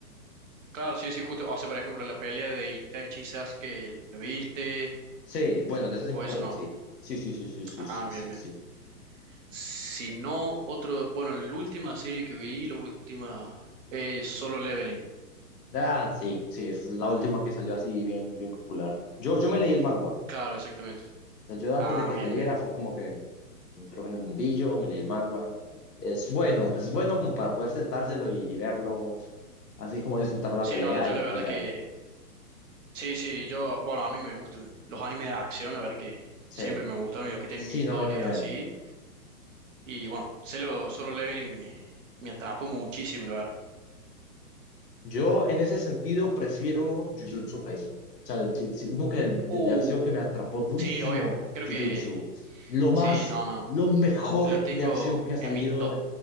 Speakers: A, on the right; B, on the left.
A: claro, sí, sí, justo, o sea, por ejemplo, la pelea de Itachi y Sasuke, ¿lo viste?
B: Sí, bueno, de eso sí me
A: O
B: acuerdo,
A: eso no.
B: sí. Sí, sí, sí, sí, sí,
A: Ah,
B: sí,
A: bien,
B: sí,
A: bien.
B: sí.
A: Si no, otro, bueno, la última serie que vi, la última, es Solo Leveling.
B: Ah, sí, sí, fue la última que salió así bien, bien popular. Yo, yo me leí el manga. O
A: Claro, exactamente.
B: sea, yo antes
A: Ah,
B: de que
A: bien,
B: saliera
A: bien.
B: fue como que entró en el mundillo, me leí el manga. Es bueno, es bueno como para poder sentárselo y, y verlo, así como disfrutar la
A: Sí,
B: pelea
A: no, yo
B: y,
A: la verdad
B: y ya.
A: que, sí, sí, yo, bueno, a mí me gustan los animes de acción, la verdad que
B: Sí,
A: siempre me gustaron y los que tienen
B: sí,
A: historia
B: no, a mí también.
A: así. Y bueno, Solo, Solo Leveling me, me atrapó muchísimo, la verdad.
B: Yo en ese sentido prefiero Jujutsu Kaisen. O sea, si- si- uno que de,
A: Uh,
B: de acción que me atrapó durísimo,
A: sí, obvio, creo
B: Jujutsu.
A: que,
B: Lo más,
A: sí, no, no,
B: lo mejor
A: lo tengo
B: de acción que ha salido.
A: en mi top,